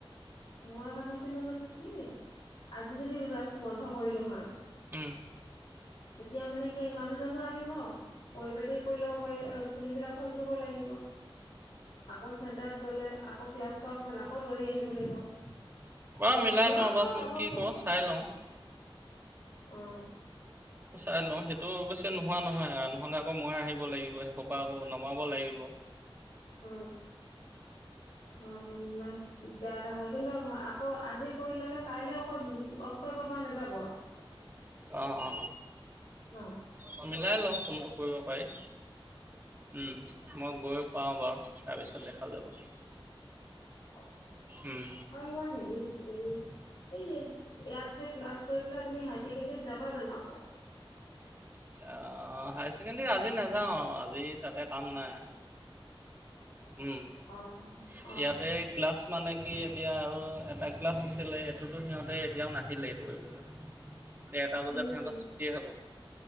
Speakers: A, on the left (about 70°); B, on the right (about 20°).
A: মই ভাবিছিলো মানে কি আজি যদি ক্লাছ বন্ধ কৰিলো হয়
B: উম।
A: তেতিয়া মানে কি মানুহজনো আহিব পৰি পাতি কৰি লব পাৰিলে পিবিলাক শই কাৰিবব লাগিব আকৌ চেণ্টাৰত গ'লে আকৌ ক্লাছ কৰা সময়ত আকৌ দৌৰি আহিব লাগিব
B: বা
A: তেনেকে
B: মিলাই
A: মই
B: লওঁ
A: বাৰু
B: বাচোন
A: যাব
B: কি
A: পৰা
B: ক চাই লওঁ
A: অ',
B: অ চাই লওঁ সেইটো অৱশ্য নোহোৱা নহয় অ নহলে আকৌ মই আহিব লাগিব হুপা আকৌ নমাব লাগিব
A: উম এনে বেয়া এটা হয় কিন্তু আকৌ আজি কৰি ললেও কাইলৈ আকৌ কৰিব পৰা নাযাব।
B: অ অ
A: ন
B: অ মিলাই লওঁ কোনটো কৰিব পাৰি উম মই গৈ পাওঁ বাও তাৰপিছত দেখাও যাব
A: অ
B: উম,
A: আৰু হেৰি এ এই ইয়াত যে ক্লাছ কৰি পেলাই তুমি হায়াৰ ছেকেণ্ডৰীত যাবা জানো আকৌ
B: আহ হায়াৰ ছেকেণ্ডাৰী আজি নাযাওঁ আৰু আজি তাতে কাম নাই উম
A: অ', অ', অ',
B: ইয়াতে ক্লাছ মানে কি এতিয়া আৰু এটা ক্লাছ আছিলে সেটোতো সিহঁতে এতিয়াও নাহিলে কৰিবলৈ দেৰটা
A: উম,
B: বজাত সিহঁতৰ
A: উম,
B: ছুটিয়েই হ'ব